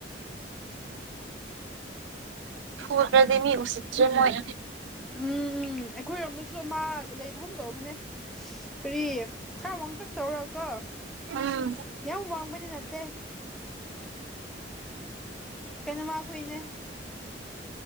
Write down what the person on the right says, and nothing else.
ꯐ꯭ꯔꯗꯦꯃꯤ ꯎꯆ꯭ꯔꯦ ꯃꯣꯏ
ꯎꯝ